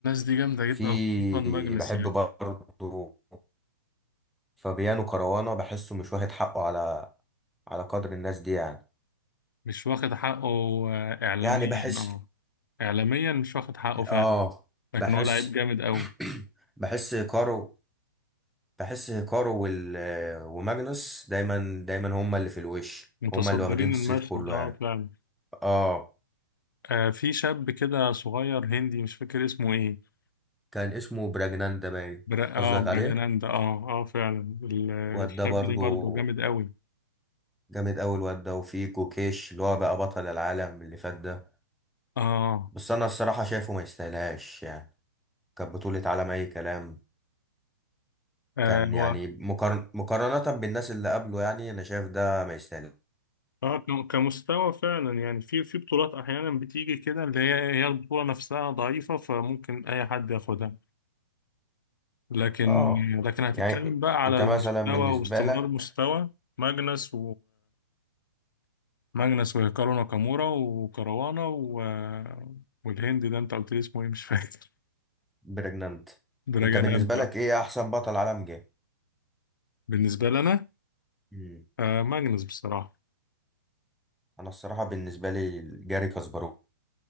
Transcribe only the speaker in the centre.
في
بحب
برضه فبيانو كروانة بحسه مش واخد حقه على على قدر الناس دي يعني
يعني بحس
اه
بحس
<clears throat> بحس كارو بحس كارو وال... وماجنس دايما دايما هما اللي في الوش
هما اللي واخدين الصيت
كله
يعني
اه
كان اسمه براجنان ده باين
قصدك
عليه
الواد ده برضو
جامد أوي الواد ده وفي كوكيش اللي هو بقى بطل العالم اللي فات ده
بس أنا الصراحة شايفه ما يستاهلهاش يعني كانت بطولة عالم أي كلام
كان يعني
مقارن... مقارنة بالناس اللي قبله يعني أنا شايف ده ما يستاهلش
اه
يعني
أنت
مثلا بالنسبة
لك
بريجنانت
أنت بالنسبة
لك إيه أحسن بطل عالم جه؟
مم.
أنا الصراحة بالنسبة لي جاري كاسباروف